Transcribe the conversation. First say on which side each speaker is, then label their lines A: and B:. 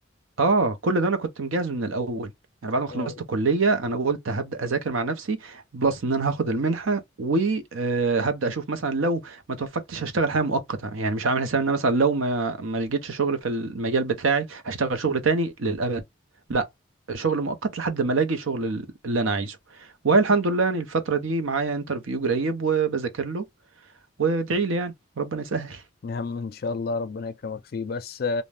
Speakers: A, on the right; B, on the left.
A: اه كل ده انا كنت مجهز من الاول يعني بعد ما خلصت
B: آه،
A: كلية انا قلت هبدأ اذاكر مع نفسي بلس ان انا هاخد المنحة وهبدأ اشوف مثلا لو ما توفقتش هشتغل حاجة مؤقتة يعني مش عامل حساب ان أنا مثلا لو ما ما لقيتش شغل في المجال بتاعي هشتغل شغل تاني للأبد لا شغل مؤقت لحد ما الاقي شغل ال- اللي انا عايزه والحمد لله يعني الفترة دي معايا انترفيو قريب وبذاكر له وادعي لي يعني ربنا يسهل
B: يا عم ان شاء الله ربنا يكرمك فيه بس